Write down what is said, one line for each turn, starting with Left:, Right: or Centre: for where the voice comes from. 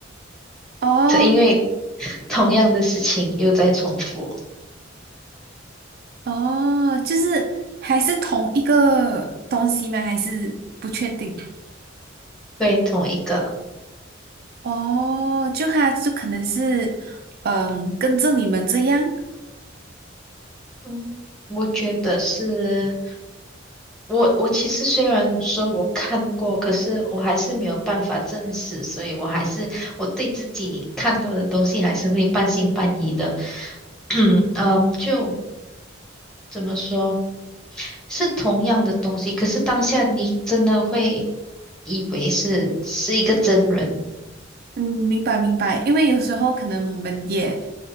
Right: 哦
Centre: 这因为同样的事情又在重复。
Right: 哦，就是还是同一个东西吗？还是不确定？
Centre: 对，同一个。
Right: 哦，就他就可能是，嗯，跟着你们这样。
Centre: 嗯，我觉得是，我我其实虽然说我看过，可是我还是没有办法证实，所以我还是我对自己看到的东西还是会半信半疑的。<clears throat> 嗯，呃就怎么说，是同样的东西，可是当下你真的会以为是是一个真人。
Right: 嗯，明白明白，因为有时候可能我们也